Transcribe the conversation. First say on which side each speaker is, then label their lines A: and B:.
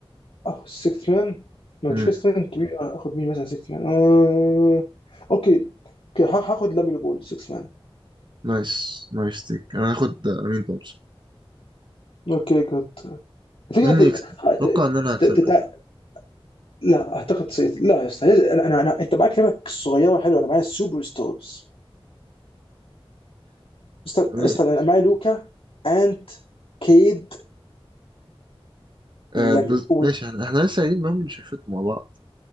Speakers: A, on the left; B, on the right.
A: اه 6 مان مش
B: مم.
A: كده 6 مان كبير آه، اخد مين مثلا 6 مان آه... اوكي اوكي ه- هاخد لامين بول 6 مان
B: نايس نايس تيك انا هاخد آه، امين تومسون
A: اوكي جود الفكرة
B: مين
A: في
B: يكسب؟
A: ه- ت-
B: اتوقع ان انا هكسبها
A: ت-
B: دي
A: ت- لا اعتقد سيت... لا يا أستاذ، انا انا أنا- انت معاك لعبة صغيرة حلوة انا معايا سوبر ستارز استنى
B: ما-
A: استنى انا
B: <laughs>
A: معايا لوكا انت كيد
B: آه،
A: لم
B: بز- ماشي احنا احنا لسه قايلين ان هم مش هيفتوا مع بعض